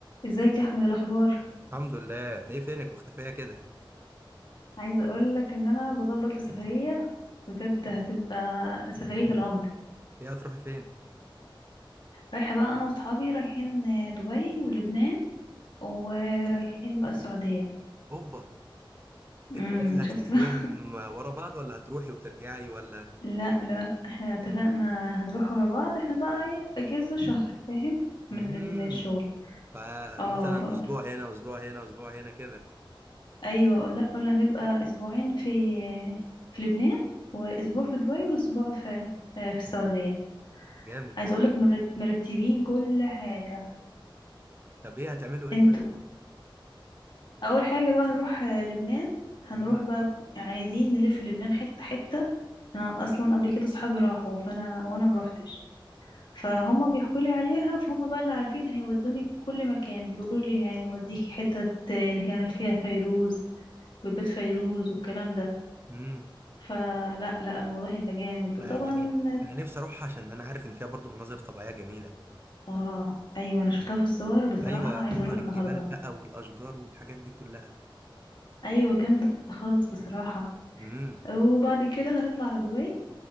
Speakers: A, on the left (about 60°); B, on the right (about 25°).
A: ازيك يا احمد إيه الاخبار
B: الحمد لله ايه فينك مختفية كده
A: عايزه اقول لك ان انا بظبط لسفريه بجد هتبقى سفريه العمر
B: ايه هتروحي فين
A: رايحه بقى انا واصحابي رايحين دبي ولبنان ورايحين بقى السعوديه
B: اوبا
A: امم
B: التلاتة
A: شفت
B: هتلفيهم
A: بقى <laughs>
B: ورا بعض ولا هتروحي وترجعي ولا
A: لا لا احنا اتفقنا هنروح ورا بعض احنا بقى ايه اجازه شهر فاهم من
B: امم
A: الشغل
B: فمثلا
A: اه هقول
B: اسبوع هنا اسبوع هنا اسبوع هنا كده
A: ايوه لا قلنا هنبقى اسبوعين في في لبنان واسبوع في دبي واسبوع في آه، في السعوديه
B: جامد
A: عايز
B: ده
A: اقولك مرت- مرتبين كل حاجه
B: طب ايه هتعملوا ايه
A: انتوا
B: طيب
A: اول حاجه بقى هنروح آه، لبنان هنروح
B: امم
A: بقى عايزين نلف لبنان حته حته انا اصلا قبل كده صحابي راحوا فانا وانا مروحتش فهم بيحكوا لي عليها فهم بقى اللي عارفين هيودوني كل مكان بيقولوا لي هنوديكي حته آه، اللي كانت فيها فيروز وبيت فيروز والكلام ده
B: امم
A: فلا لا الموضوع هيبقى جامد
B: انا
A: وطبعا
B: يعني انا نفسي اروح عشان انا عارف ان فيها برضو مناظر طبيعية جميلة
A: اه ايوه انا شفتها في الصور بصراحه
B: ايوه
A: عايزه
B: منظر
A: اروح
B: الجبال
A: النهارده
B: بقى والاشجار والحاجات دي كلها
A: ايوه جامده خالص بصراحه
B: امم
A: وبعد كده هنطلع على دبي